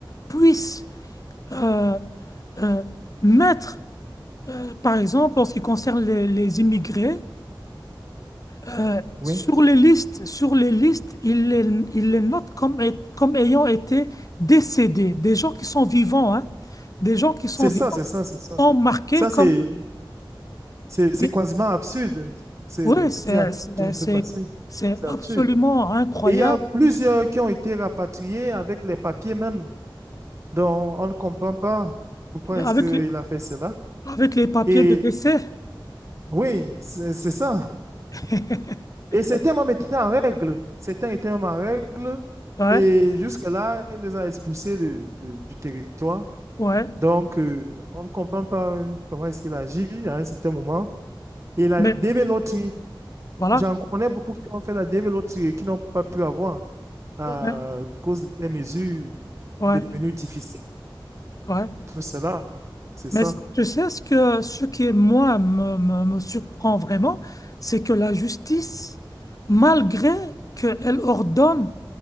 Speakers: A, on the left; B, on the right.
A: puisse euh, euh, mettre, par exemple, en ce qui concerne les les immigrés, Euh,
B: Oui.
A: sur les listes, sur les listes, il les, il les note comme, est- comme ayant été décédés. Des gens qui sont vivants, hein. Des gens qui sont
B: C'est
A: vivants
B: ça, c'est ça, c'est ça.
A: sont marqués
B: Ça,
A: comme...
B: c'est, c'est, c'est
A: Oui,
B: quasiment absurde, c'est
A: oui,
B: ce
A: c'est
B: qui est en
A: c'est-
B: train de
A: c'est-
B: se passer.
A: c'est
B: C'est
A: absolument
B: absurde.
A: incroyable.
B: Et il y a plusieurs qui ont été rapatriés avec les papiers même. Donc, on ne comprend pas pourquoi est-ce
A: Avec
B: qu'il
A: les,
B: a fait cela.
A: avec les papiers
B: Et
A: de décès.
B: oui, c'est c'est ça.
A: <laughs>
B: Et certains même étaient en règle. Certains étaient même en règle.
A: Ouais,
B: Et jusque-là, il les a expulsés de- de- du territoire.
A: ouais.
B: Donc, euh, on ne comprend pas euh, comment est-ce qu'il agit à un certain moment. Et la
A: Mais
B: dévéloterie,
A: voilà.
B: j'en connais beaucoup qui ont fait la dévéloterie et qui n'ont pas pu avoir à
A: Ouais,
B: cause des mesures
A: ouais,
B: devenues difficiles.
A: ouais.
B: C'est là. C'est
A: Mais
B: ça.
A: tu sais, ce que, ce qui, moi, me, me, me surprend vraiment, c'est que la justice, malgré qu'elle ordonne